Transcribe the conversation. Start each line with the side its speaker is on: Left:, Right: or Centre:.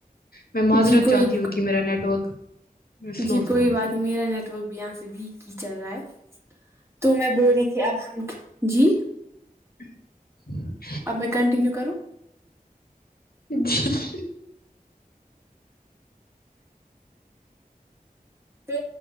Left: میں معزرت
Right: جی کوئی
Left: چاہتی ہوں کہ میرا نیٹ ورک سلو
Right: جی
Left: تھا
Right: کوئی بات میرا نیٹورک بھی یہاں سے یی وییک ہی چل رہا ہے تو میں بول رہی تھی اب ہم جی
Left: <inaudible>
Right: اب میں کنٹینیو کروں
Left: جی
Right: تو